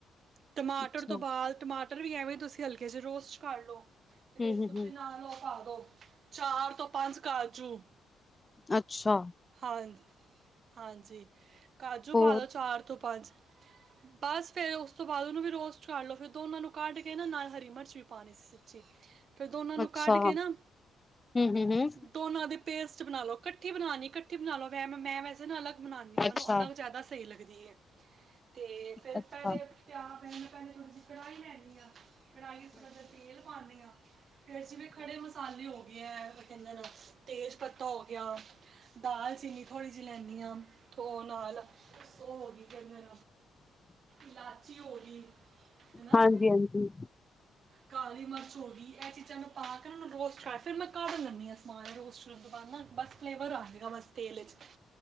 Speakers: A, on the right; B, on the left.
A: ਟਮਾਟਰ
B: ਅੱਛਾ,
A: ਤੋਂ ਬਾਅਦ ਟਮਾ ਟਰ ਵੀ ਤੁਸੀਂ ਐਵੇਂ ਹਲਕੇ ਚ ਰੋਸਟ ਚ ਕਰ ਲੋ। ਤੇ
B: ਹੂੰ-ਹੂੰ-ਹੂੰ,
A: ਤੁਸੀਂ ਨਾਲ ਦੋ ਪਾ ਦੋ ਚਾਰ ਤੋਂ ਪੰਜ ਕਾਰਜੂ
B: ਅੱਛਾ।
A: ਹਾਂਜੀ-ਹਾਂਜੀ। ਕਾਜੂ
B: ਹੋਰ
A: ਪਾ ਦਿਓ ਚਾਰ ਤੋਂ ਪੰਜ <unintelligible> ਬਸ ਫੇਰ ਉਸ ਤੋਂ ਬਾਅਦ ਉਹਨੂੰ ਵੀ ਰੋਸਟ ਕੱਰ ਲੋ ਫਿਰ ਦੋਨਾਂ ਨੂੰ ਕੱਢ ਕੇ ਨਾ ਨਾਲ ਹਰੀ ਮਿਰਚ ਵੀ ਪਾਨੀ ਸੀ ਸੱਚੀ ਫਿਰ ਦੋਨਾਂ ਨੂੰ
B: ਅੱਛਾ,
A: ਕੱਢ ਕੇ ਨਾ
B: ਹੂੰ-ਹੂੰ-ਹੂੰ,
A: ਦੋਨਾਂ ਦੀ ਪੇਸਟ ਬਣਾ ਲਓ। ਇਕੱਠੀ ਬਣਾਨਣੀ ਇਕੱਠੀ ਬਣਾ ਲੋ ਵੈ ਮੈਂ ਵੈਸੇ ਨਾ ਅਲਗ ਬਨਾਣੀ ਆ ਮੈਨੂੰ
B: ਅੱਛਾ।
A: ਉਦਾ ਵੀ ਜ਼ਿਆਦਾ ਸਹੀ ਲਗਦੀ। ਤੇ ਫਿਰ
B: ਅੱਛਾ,
A: ਪਹਿਲੇ ਪਿਆਜ਼ ਪੈਂ ਪਹਿਲੇ ਥੋੜ੍ਹੀ ਜਿਹੀ ਕੜਾਹੀ ਲੈਂਨੀ ਹਾਂ, ਕੜਾਹੀ ਥੋੜਾ ਜਿਹਾ ਤੇਲ ਪਾਨੀ ਆ, ਫਿਰ ਜਿਵੇ ਖੜੇ ਮਸਾਲੇ ਹੋ ਗਏ ਆ। ਤੇਜ਼ ਪੱਤਾ ਹੋ ਗਿਆ। ਦਾਲ ਚੀਨੀ ਥੋੜ੍ਹੀ ਜਿਹੀ ਲੈਂਨੀ ਹਾਂ ਥੋ ਨਾਲ ਉਹ ਕੀ ਕਰਦੇ। ਇਲਾਚੀ ਹੋ ਗਈ ਹੈ ਨਾ,
B: ਹਾਂਜੀ-ਹਾਂਜੀ,
A: ਕਾਲੀ ਮਿਰਚ ਹੋ ਗਈ। ਇਹ ਚਿਜਾ ਮੈਂ ਪਾ ਕੇ ਉਨ੍ਹਾਂ ਨੂੰ ਰੋਸਟ ਕੱਰ ਫੇਰ ਮੈਂ ਕੱਢ ਲੈ ਆਪੀਆਂ ਸਮਾਨ ਰੋਸਟ ਕਰਨ ਤੋਂ ਬਾਦ ਫਲੇਵਰ ਆਜੇ ਗਾ ਬਸ ਤੇਲ 'ਚ